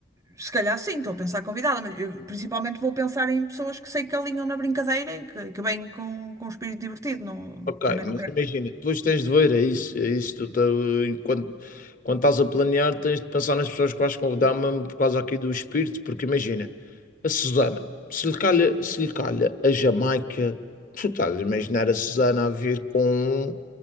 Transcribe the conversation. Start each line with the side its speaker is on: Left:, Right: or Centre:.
Right: se calhar sim, estou a pensar convidada, mas eu principalmente vou pensar em pessoas que sei que alinham na brincadeira e que, que vêm com, com um espírito divertido. Não,
Left: Ok,
Right: também
Left: mas
Right: não quero.
Left: imagina, depois tens de ver, é isso, é isso, tu, tá, enquanto, quando estás a planear, tens de pensar nas pessoas que vais convidar mesmo por causa aqui do espírito, porque imagina, a Susana, se lhe calha, se lhe calha a Jamaica, tu estás a imaginar a Susana a vir com,